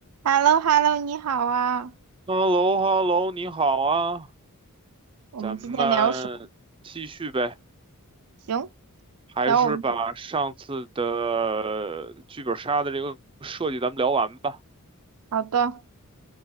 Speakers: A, on the right (about 85°); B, on the right (about 25°).
A: h e l l o h e l l o 你好啊。
B: h e l l o h e l l o 你好啊，
A: 我们今天聊什么？
B: 咱们继续呗，
A: 行，
B: 还是把上次的剧本杀的这个设计咱们聊完吧。
A: 聊我们姐。好的，